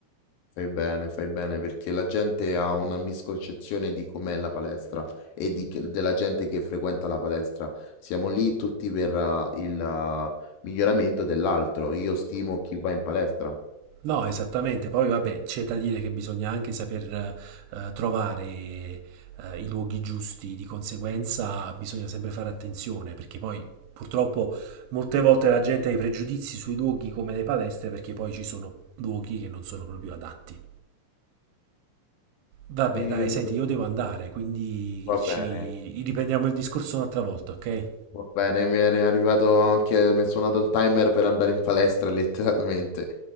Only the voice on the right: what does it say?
No, esattamente. Poi, vabbè, c'è da dire che bisogna anche saper eh, trovare eh, i luoghi giusti, di conseguenza bisogna sempre fare attenzione, perché poi purtroppo molte volte la gente ha i pregiudizi sui luoghi come le palestre, perché poi ci sono luoghi che non sono proprio adatti. Vabbè,
dai, senti, io devo andare, quindi
ci riprendiamo il discorso un'altra volta, ok?